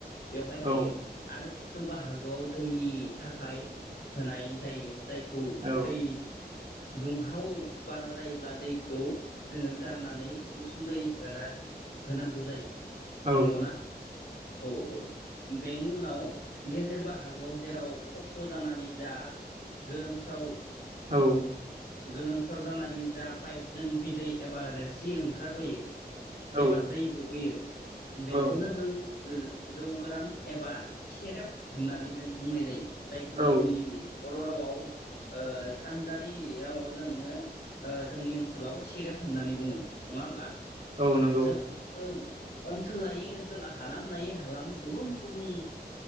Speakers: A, on the left (about 70°); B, on the right (about 35°).
A: बेवहाय
B: औ
A: थायो आरो खौ बाहागोआव दैनि थाखाय होनाय जायो। जायखौ
B: औ
A: दै दुंहाव बारा जायोब्ला दैखौ जोङो गारनानै गुसु दै होना होनांगौ जायो।
B: औ
A: नंगौना औ औ। बेनि उनाव गेजेर बाहागोआव जेराव खफ जानानै जा गोलोमस्राव
B: औ
A: गोलोमस्राव जानानै जा पाइपजों बिदै एबा रोसि ओंखारबोयो
B: औ
A: एबा दै गबोयो बेखौनो
B: औ
A: जौ जो-जौ गोरान एबा सेरेब होननानै जों बुंनाय जायो। जायखौ
B: औ
A: जोंनि बर' रावाव ओ सानजारि रावाव जोङो ओ जोंनि ओनसोलाव सेरेब होननानै बुङो। नङा होमबा?
B: औ
A: <unintelligible>
B: नंगौ
A: ओनसोल लायै ओनसोल हालाम लायै हालाम गुबुन गुबुन